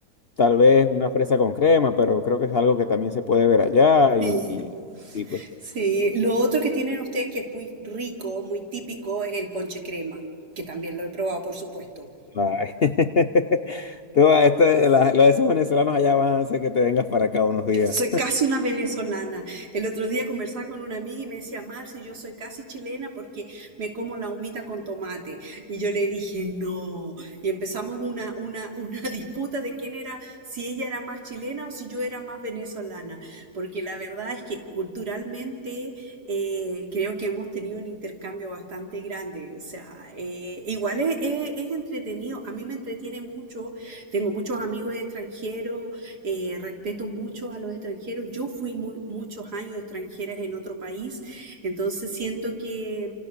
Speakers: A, on the left; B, on the right.
A: Tal vez una fresa con crema, pero creo que es algo que también se puede ver allá y,
B: sí,
A: y, y pues.
B: sí. Lo otro que tienen ustedes que es muy rico, muy típico, es el ponche crema, que también lo he probado, por supuesto.
A: ay. <laughs> Tú, esto, la- los de esos venezolanos allá van a hacer que te vengas para acá unos días.
B: Soy casi una venezolana. El otro día conversaba con una amiga y me decía, Marci, yo soy casi chilena porque me como la humita con tomate. Y yo le dije, no. Y empezamos una, una, <laughs> una disputa de quién era, si ella era más chilena o si yo era más venezolana. Porque la verdad es que culturalmente eh, creo que hemos tenido un intercambio bastante grande. O sea, eh, igual es, es- es entretenido. A mí me entretiene mucho tengo muchos amigos extranjeros, eh, respeto mucho a los extranjeros. Yo fui muy- muchos años extranjeras en otro país, entonces siento que